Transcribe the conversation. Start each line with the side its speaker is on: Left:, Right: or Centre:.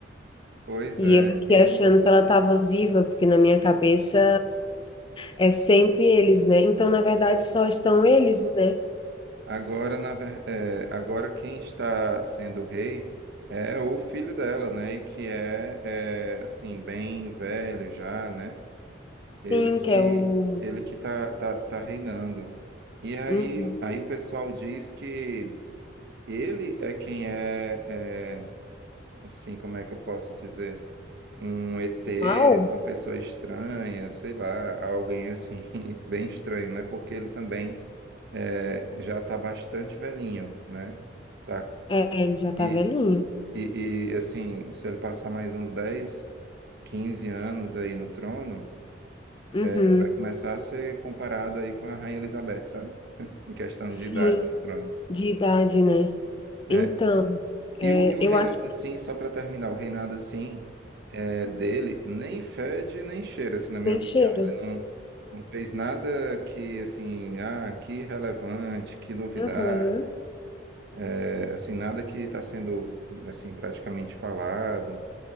Right: Pois
Left: E
Right: é.
Left: eu aqui
Right: E,
Left: achando
Right: e
Left: que ela estava viva, porque na minha cabeça é sempre eles, né? Então, na verdade, só estão eles, né?
Right: agora, na, ver- é, agora quem está sendo rei é o filho dela, né? E que é, é assim, bem velho já, né? Ele
Left: Sim,
Right: que
Left: que é o,
Right: ele que tá, tá, tá reinando. E aí,
Left: uhum,
Right: aí o pessoal diz que Ele é quem é, é, assim, como é que eu posso dizer? Um ET,
Left: o mal.
Right: uma pessoa estranha, sei lá, alguém assim, <laughs> bem estranho, né? Porque ele também é, já está bastante velhinho, né? Tá?
Left: É, ele já tá
Right: E,
Left: velhinho.
Right: e, e, assim, se ele passar mais uns 10, 15 anos aí no trono,
Left: Uhum.
Right: ele vai começar a ser comparado aí com a Rainha Elizabeth, sabe? Em questão
Left: Sim,
Right: de idade no trono.
Left: de idade, né?
Right: É.
Left: Então,
Right: E
Left: é,
Right: o, e o reinado
Left: eu acho
Right: assim,
Left: que
Right: só para terminar, o reinado assim é, dele nem fede nem cheira, assim, na minha
Left: nem
Right: opinião.
Left: cheira.
Right: Ele não, não fez nada que, assim, ah, que relevante, que novidade,
Left: Uhum.
Right: é, assim, nada que está sendo, assim, praticamente falado.